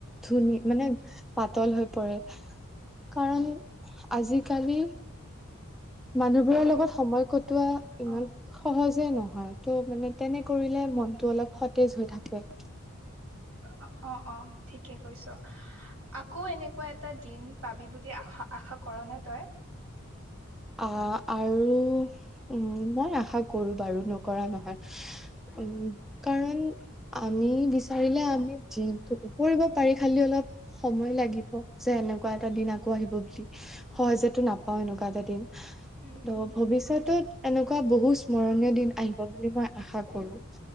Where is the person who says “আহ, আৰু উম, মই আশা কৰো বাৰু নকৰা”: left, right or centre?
Centre